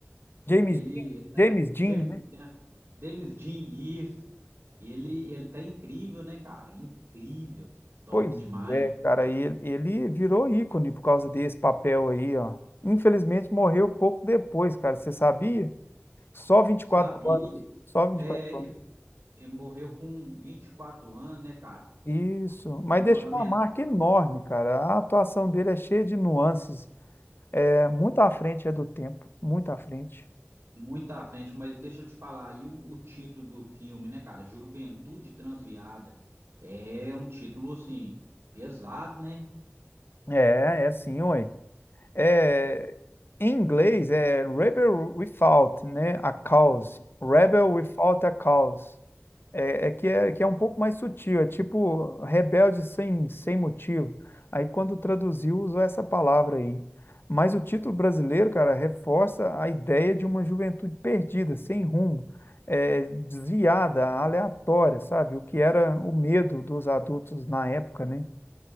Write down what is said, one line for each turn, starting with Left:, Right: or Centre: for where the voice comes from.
Left: James,
Right: Ele tá-
Left: James Dean,
Right: James
Left: né?
Right: Dan, James Dean, isso. Ele ele tá incrível, né, cara? Incrível, top
Left: Pois
Right: demais.
Left: é, cara, ele, ele virou ícone por causa desse papel aí, ó. Infelizmente morreu pouco depois, cara, você sabia? Só 24
Right: Sabia?
Left: anos, só 24
Right: É, ele
Left: anos.
Right: ele morreu com 24 anos, né, cara?
Left: Isso,
Right: Não,
Left: mas deixou
Right: lamento,
Left: uma marca enorme, cara. A atuação dele é cheia de nuances, é muito à frente é do tempo, muito à frente.
Right: muito à frente, mas deixa eu te falar, e o, o título do filme, né, cara? Juventude Transviada. É um título assim pesado, né?
Left: É, é assim, oi. É, em inglês é rebel without, né, a cause. Rebel without a cause. É, é que é que é um pouco mais sutil, é tipo rebelde sem, sem motivo. Aí quando traduziu usou essa palavra aí. Mas o título brasileiro, cara, reforça a ideia de uma juventude perdida, sem rumo, é, desviada, aleatória, sabe? O que era o medo dos adultos na época, né?